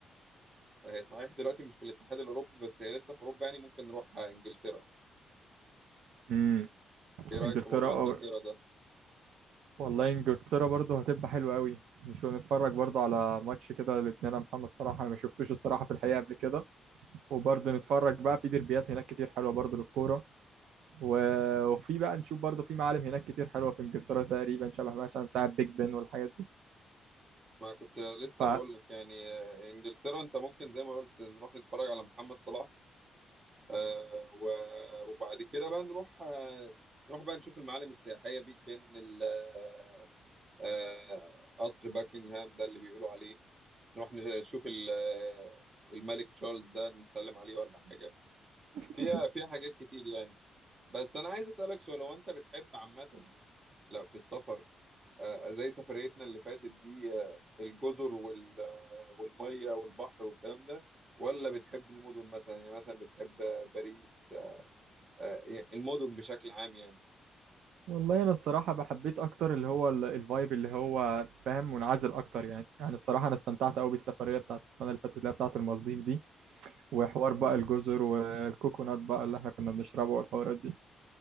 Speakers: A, on the right; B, on the right.
A: هي صحيح دلوقتي مش في الاتحاد الاوروبي بس هي لسه في اوروبا يعني ممكن نروح آه، انجلترا
B: امم
A: ايه رايك
B: انجلترا
A: في موضوع
B: آه،
A: انجلترا ده
B: والله انجلترا برضو هتبقى حلوه قوي نشوف نتفرج برضو على ماتش كده لابننا محمد صلاح انا ما شفتوش الصراحه في الحقيقه قبل كده وبرضو نتفرج بقى في ديربيات هناك كتير حلوه برضو للكوره و- وفي بقى نشوف برضو في معالم هناك كتير حلوه في انجلترا تقريبا شبه مثلا ساعه بيج بن والحاجات دي
A: ما كنت لسه
B: ف
A: بقول لك يعني آه، انجلترا انت ممكن زي ما قلت نروح نتفرج على محمد صلاح آه، و- وبعد كده بقى نروح آه، نروح بقى نشوف المعالم السياحية بيج بن ال- آه، آه، قصر باكنغهام ده اللي بيقولوا عليه نروح نشوف ال- آه، الملك تشارلز ده نسلم عليه ولا حاجة
B: <laughs>
A: فيها فيها حاجات كتير يعني بس انا عايز اسألك سؤال هو انت بتحب عامة لا في السفر آه، زي سفريتنا اللي فاتت دي آه، الجزر وال آه، والمية والبحر والكلام ده ولا بتحب المدن مثلا يعني مثلا بتحب آه، باريس آه، آه، يعني المدن بشكل عام يعني
B: والله انا الصراحه بحبيت اكتر اللي هو ال- الفايب اللي هو فاهم منعزل اكتر يعني يعني الصراحه انا استمتعت قوي بالسفريه بتاعت السنه اللي فاتت اللي هي بتاعت المالديف دي وحوار بقى الجزر والكوكونات بقى اللي احنا كنا بنشربه والحوارات دي